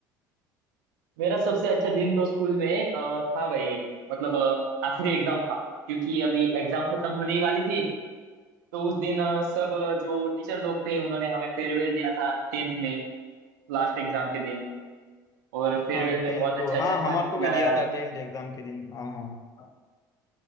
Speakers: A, on the right; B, on the left.
A: मेरा सबसे अच्छा दिन तो स्कूल में अ, था भाई एक मतलब अ, आखिरी एग्जाम था क्योंकि अभी एग्जाम खत्म होने ही वाली थी तो उस दिन अ, सब अ, जो टीचर लोग थे उन्होंने हमें फेयरवेल दिया था टेंथ में लास्ट एग्जाम के दिन और फेयरवेल
B: हाँ
A: में
B: टेन
A: बहुत
B: को
A: अच्छा
B: हाँ
A: अच्छा खाना
B: हमारे को
A: खिलाया
B: भी दिया था टेंथ एग्जाम के दिन हाँ हाँ